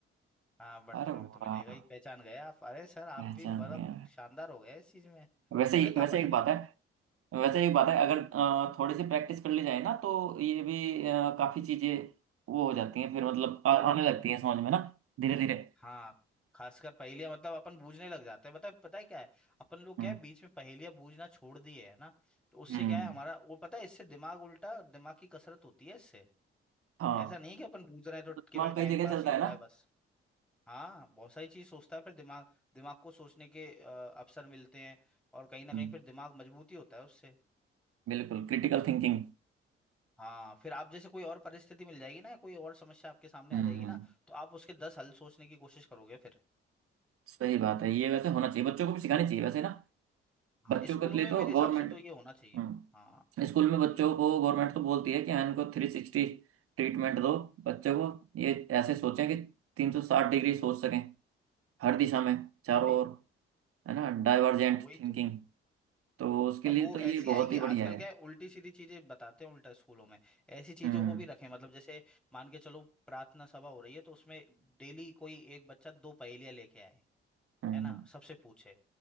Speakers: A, in the centre; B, on the right (about 45°).
A: हाँ बर्तनों
B: अरे वाह
A: में तो मिलेगा ही पहचान गए आप अरे सर आप
B: पहचान
A: भी मतलब
B: गया मैं।
A: शानदार हो गए इस चीज में
B: वैसे
A: पहले
B: ही
A: तो
B: वैसे
A: आप अटक
B: एक बात
A: जाते
B: है
A: थे
B: वैसे एक
A: हम्म
B: बात है अगर अ, थोड़ी सी प्रैक्टिस कर ली जाए ना तो ये भी अ, काफी चीजें वो हो जाती हैं फिर मतलब आ, आने लगती हैं समझ में ना धीरे धीरे
A: हाँ खासकर पहेलियां मतलब अपन बूझने लग जाते हैं बता पता है क्या है अपन लोग
B: हम्म
A: क्या है बीच में पहेलियां बूझना छोड़ दिए है ना तो उससे
B: हम्म
A: क्या है हमारा वो पता है इससे दिमाग उल्टा दिमाग की कसरत होती है इससे
B: हाँ
A: ऐसा नहीं है कि अपन बूझ रहे हैं तो
B: तो दिमाग
A: केवल टाइम
B: कई जगह
A: पास
B: चलता
A: ही हो
B: है ना
A: रहा है बस हाँ बहुत सारी चीज सोचता है फिर दिमाग दिमाग को सोचने के अ, अवसर मिलते हैं और कहीं ना
B: हम्म,
A: कहीं फिर दिमाग मजबूती होता है उससे
B: बिल्कुल क्रिटिकल थिंकिंग
A: हाँ फिर आप जैसे कोई और परिस्थिति मिल जाएगी ना या कोई और समस्या आपके सामने
B: हम्म
A: आ जाएगी ना तो आप उसके दस हल सोचने की कोशिश करोगे फिर
B: सही बात है ये वैसे होना चाहिए
A: तो
B: बच्चों को
A: इसलिए
B: भी सिखानी चाहिए वैसे ना
A: हाँ
B: बच्चों
A: स्कूलों
B: के लिए
A: में
B: तो
A: मेरे हिसाब
B: गवर्नमेंट
A: से तो ये होना चाहिए
B: हम्म
A: हाँ
B: स्कूल में बच्चों को गवर्नमेंट तो बोलती है कि हाँ इनको थ्री सिक्सटी ट्रीटमेंट दो बच्चों को ये ऐसे सोचें कि तीन सौ साठ डिग्री सोच सकें हर दिशा में चारों
A: वही
B: ओर
A: तो
B: है ना डाइवर्जेंट
A: हाँ वही
B: थिंकिंग
A: तो तो-
B: तो उसके
A: अब
B: लिए
A: वो
B: तो
A: ऐसी
B: ये बहुत
A: आएगी
B: ही बढ़िया
A: आजकल
B: है
A: क्या है उल्टी सीधी चीजें बताते हैं उल्टा स्कूलों में ऐसी चीजों
B: हम्म
A: को भी रखें मतलब जैसे मान के चलो प्रार्थना सभा हो रही है तो उसमें डेली कोई एक बच्चा दो पहेलियां लेके आए
B: हम्म
A: है ना सबसे पूछे